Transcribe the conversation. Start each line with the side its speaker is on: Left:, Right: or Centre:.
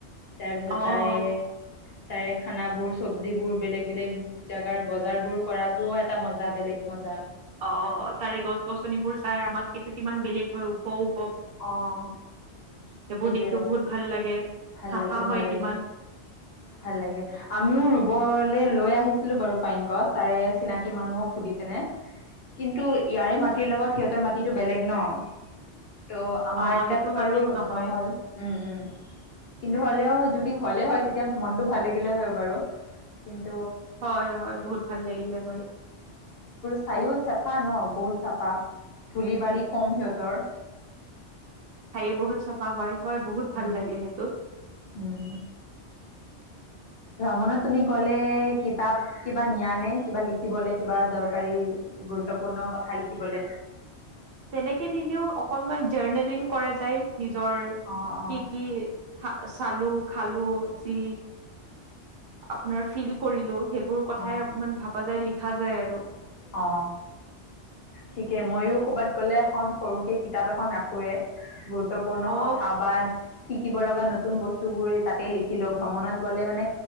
Left: তাৰপিছত
Right: অ'
Left: তাৰে তাৰে খানাবোৰ, চবজিবোৰ, বেলেগ বেলেগ জাগাৰ বজাৰবোৰ কৰাতো এটা মজা, বেলেগ মজা।
Right: অ', তাৰে গছ-গছনিবোৰ চাই আমাতকেটো কিমান বেলেগ হয়, উখওঁ।
Left: অ',
Right: সেইবোৰ
Left: সেইটোয়ে
Right: দেখিও বহুত ভাল লাগে
Left: ভাল
Right: চাফা
Left: লাগে, ভাল
Right: হয়
Left: লাগে,
Right: কিমান
Left: ভাল লাগে, আমিও ৰুবলে লৈ আহি সুধিছিলোঁ বাৰু পাইন গছ তাৰে চিনাকি মানুহক সুধি পিনে, কিন্তু ইয়াৰে মাটিৰ লগত সিহঁতৰ মাটিটো বেলেগ ন। তো আমাৰ
Right: অ' সেইটো
Left: তাত বাৰু
Right: মাটিত নহয়।
Left: নহ'ল উম, উম। কিন্তু হ'লেও যদি হ'লেই হয়। তেতিয়া মনটো ভাল লাগিলে হয় বাৰু। কিন্তু
Right: হয়, হয়। বহুত ভাল লাগিলে হয়।
Left: ঠাইও চাফা ন বহুত চাফা। ধূলি-বালি কম সিহঁতৰ।
Right: ঠায়ো বহুত চাফা হয়। হয় বহুত
Left: উম
Right: ভাল লাগে হেইটোত।
Left: উম। ভ্ৰমণত তুমি গ'লে কিতাপ কিবা নিয়া নে? কিবা লিখিবলৈ কিবা দৰকাৰী গুৰুত্বপূৰ্ণ কথা লিখিবলৈ।
Right: তেনেকে নিলেও। অকনমান জাৰ্নেলিং কৰা যায়। নিজৰ কি
Left: অ অ
Right: কি ঠা চালোঁ, খালোঁ যি আপোনাৰ ফিল কৰিলোঁ। সেইবোৰ কথাই
Left: অ
Right: অকমান ভাবা যায় লি দেখা যায় আৰু,
Left: অ ঠিকে মইও কৰবাত গ'লে এখন সৰুকে কিতাপ এখন ৰাখোৱে গুৰুত্ গুৰুত্বপূৰ্ণ
Right: অ
Left: কথাবাদ। শিকিব লগা নতুন বস্তু বোৰ তাতে লিখিলো ভ্ৰমণত গ'লে মানে